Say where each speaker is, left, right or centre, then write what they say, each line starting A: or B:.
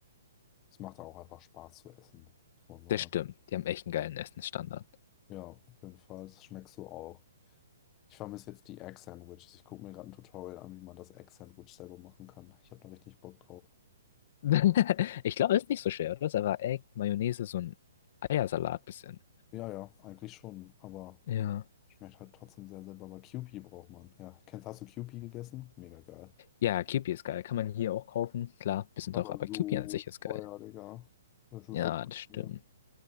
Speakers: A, on the left; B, on the left.
A: es macht auch einfach Spaß zu essen, muss man sagen.
B: das stimmt. Die haben echt einen geilen Essensstandard.
A: Ja, auf jeden Fall, das schmeckst du auch. Ich vermisse jetzt die Egg-Sandwiches. Ich gucke mir gerade ein Tutorial an, wie man das Egg-Sandwich selber machen kann. Ich habe da richtig Bock drauf.
B: <laughs> Ich glaube, das ist nicht so schwer, oder? Das ist einfach Egg, Mayonnaise, so ein Eiersalat bisschen.
A: Ja, ja, eigentlich schon, aber
B: Ja.
A: schmeckt halt trotzdem sehr selber. Aber Kewpie braucht man. Ja, kennst, hast du Kewpie gegessen? Mega geil.
B: Ja, Kewpie ist geil. Kann man hier auch kaufen. Klar, bisschen
A: Aber
B: teurer, aber
A: so
B: Kewpie an sich ist geil.
A: teuer, Digga. Das ist
B: Ja,
A: so teuer.
B: das stimmt.